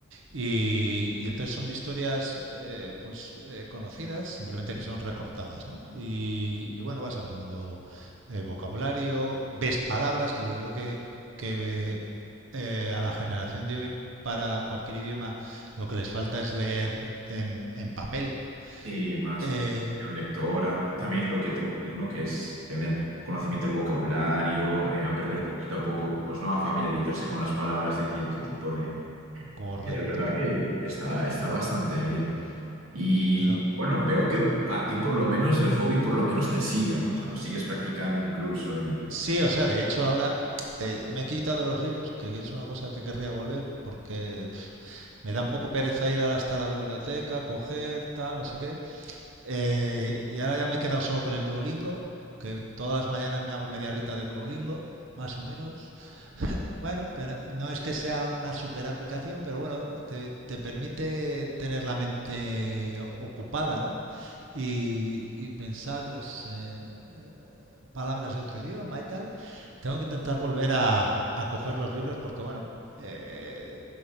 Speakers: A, on the right (about 65°); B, on the right (about 80°).
A: Y, y, entonces son de historias eh, pues eh, conocidas, simplemente que son recortadas, ¿no? Y, y bueno, vas aprendiendo eh, vocabulario, ves palabras que yo creo que, que eh, a la generación de hoy para cualquier idioma lo que les falta es leer en, en papel.
B: sí, más
A: Eh,
B: comprensión lectora, también lo que tú haces, ¿no? Que es tener conocimiento del vocabulario, eh, aprender
A: co-
B: poquito a poco, pues no, a familiarizarse con las palabras de cierto tipo de...
A: correcto.
B: Y la verdad que está, está bastante bien. Y
A: Lo,
B: bueno, veo que a ti por lo menos el hobby por lo menos te sigue, ¿no? O sea, lo sigues practicando incluso y...
A: Sí, o sea, de hecho ahora eh, me he quitado los libros, que es una cosa que querría volver, porque pf, me da un poco pereza ir hasta la biblioteca, coger, tal, no sé qué. Eh, y ahora ya me he quedado solo con el Duolingo, que todas las mañanas me hago media horita de Duolingo, más o menos. <laughs> Bueno, que no no es que sea una super aplicación, pero bueno, te, te permite tener la mente ocupada, ¿no? Y, y pensar, pues, eh, palabras de otro idioma y tal. Tengo que intentar volver a, a coger los libros porque, bueno, eh,